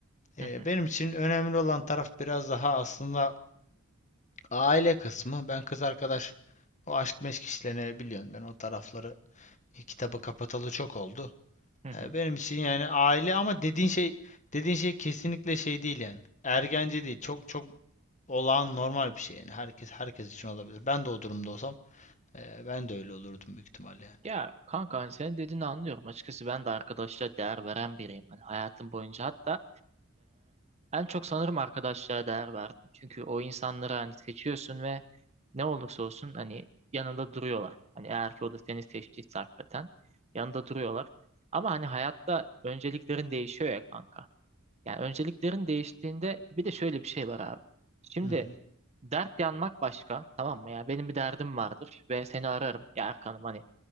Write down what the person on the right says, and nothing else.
hı hı,
hı hı.
Ya kanka hani senin dediğini anlıyorum. Açıkçası ben de arkadaşlara değer veren biriyim. Hani hayatım boyunca hatta e, en çok sanırım arkadaşlara değer verdim. Çünkü o insanları hani seçiyorsun ve ne olursa olsun hani yanında duruyorlar. Hani eğer ki o da seni seçtiyse hakikaten yanında duruyorlar. Ama hani hayatta önceliklerin değişiyor ya kanka. Yani önceliklerin değiştiğinde bir de şöyle bir şey var abi. Şimdi
dert yanmak başka tamam mı? Ya benim bir derdim vardır ve seni ararım ya Erkan'ım hani